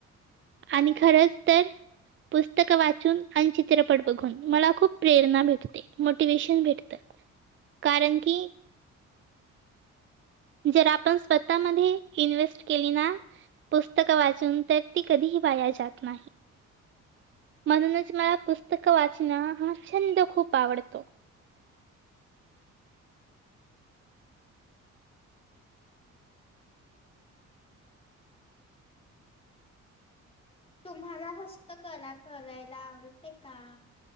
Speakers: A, on the right; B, on the left.
A: आणि खरंच तर पुस्तकं वाचून आणि चित्रपट बघून मला खूप प्रेरणा भेटते. मोटिवेशन भेटतं कारण की जर आपण स्वतःमध्ये इन्व्हेस्ट केली ना पुस्तकं वाचून तर ते कधीही वाया जात नाही. म्हणूनच मला पुस्तक वाचण हा छंद खूप आवडतो.
B: तुम्हाला हस्तकला करायला आवडते का?